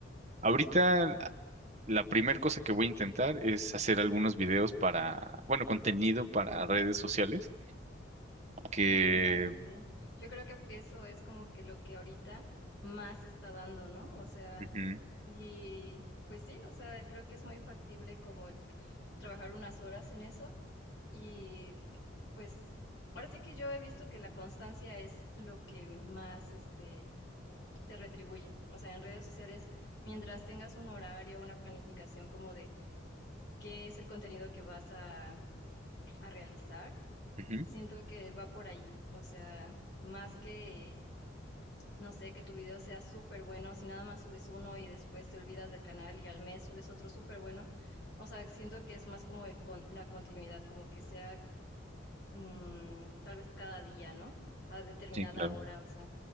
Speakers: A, on the right; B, on the left.
A: Ahorita la primera cosa que voy a intentar es hacer algunos videos para, bueno, contenido para redes sociales que...
B: Ah, claro, sí. Yo creo que eso es como que lo que ahorita más está dando, ¿no? O sea,
A: Ujú,
B: y pues sí, o sea, creo que es muy factible como el trabajar unas horas en eso y pues ahora sí que yo he visto que la constancia es lo que más, este te retribuye. O sea, en redes sociales, mientras tengas un horario, una planificación como de qué es el contenido que vas a, a realizar,
A: ujú,
B: siento que va por ahí. O sea, más que, no sé, que tu video sea súper bueno, si nada más subes uno y después te olvidas del canal y al mes subes otro súper bueno, o sea, siento que es más como el con- la continuidad, como que sea mm, tal vez cada día, ¿no? A determinada
A: Sí, claro.
B: hora, o sea,